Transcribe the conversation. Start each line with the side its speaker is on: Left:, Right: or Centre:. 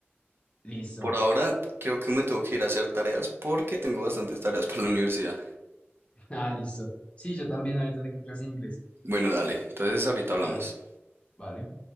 Left: Listo.
Right: Por ahora creo que me tengo que ir a hacer tareas porque tengo bastantes tareas para la universidad.
Left: <laughs> Ah, listo. Sí, yo también ahorita tengo clase de inglés.
Right: Bueno, dale, entonces ahorita hablamos.
Left: Dale, vale.